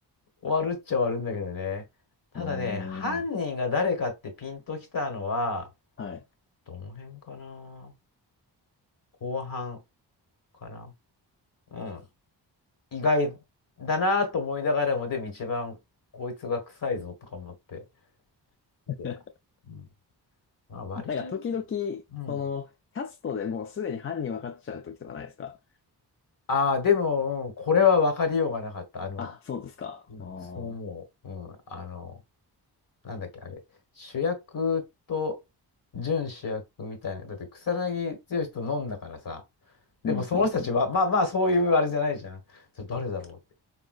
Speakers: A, on the left; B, on the left.
A: 終わるっちゃ終わるんだけどね。ただね、
B: ーん。
A: 犯人が誰かってピンときたのは、
B: はい。
A: どの辺かな後半かなうん。意外だなと思いながらも、でも一番こいつが臭いぞとか思って。見てた。
B: <laughs>
A: うん。まあ、割とでも。
B: なんか時々、
A: うん。
B: その、キャストでもうすでに犯人分かっちゃう時とかないですか
A: ああ、でも、うんこれは分かりようがなかった。あの、
B: あ、そうですか。
A: うん。
B: ああ。
A: そう思う。うん。あの、なんだっけ、あれ、主役と準主役みたいな。だって草薙剛と飲んだからさ。でもその人たちは、
B: うん、うん、
A: まあまあ、そういうあれじゃないじゃん。それ誰だろうって。